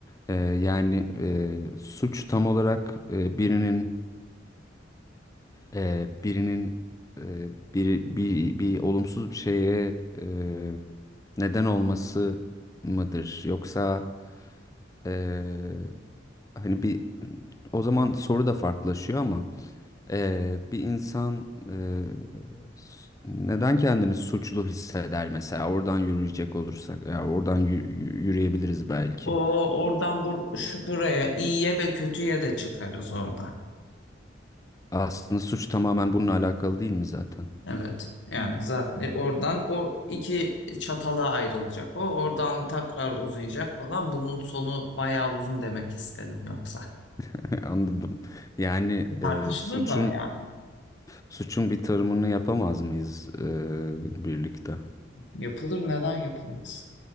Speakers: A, on the left; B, on the left.
A: E, yani e, suç tam olarak e, birinin e, birinin e, bir, bir, bir olumsuz bir şeye e, neden olması mıdır? Yoksa e, hani bir o zaman soru da farklılaşıyor ama. Ee, bir insan e, s- neden kendini suçlu hisseder mesela oradan yürüyecek olursak ya oradan yü- yü- yürüyebiliriz belki.
B: O oradan bur şu buraya iyiye ve kötüye de çıkarız oradan.
A: Aslında suç tamamen bununla alakalı değil mi zaten?
B: Evet. Yani zaten e, oradan o iki çatala ayrılacak. O oradan tekrar uzayacak falan. Bunun sonu bayağı uzun demek istedim yoksa.
A: <laughs> Anladım. Yani
B: Tartışılır
A: e, suçun
B: da yani.
A: suçun bir tarımını yapamaz mıyız e, birlikte?
B: Yapılır neden yapılmaz?